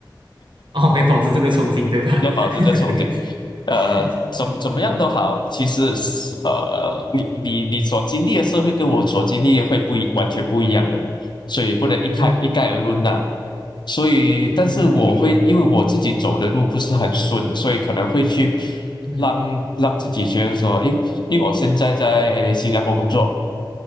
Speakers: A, on the right; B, on the left.
A: 哦，要保持这个憧憬，对吧？
B: 你要保持这个憧憬，
A: <laughs>
B: 呃，怎怎么样都好，
A: 嗯嗯
B: 其实是呃，你你你所经历的社会跟我所经历的会不一，完全不一样的，所以不能一概一概而论呐、
A: 嗯嗯，明白。
B: 所以，但是我会因为我自己走的路不是很顺，
A: 嗯嗯，明白明白。
B: 所以可能会去
A: 嗯
B: 让让自己觉得说，诶，因为我现在在新加坡工作。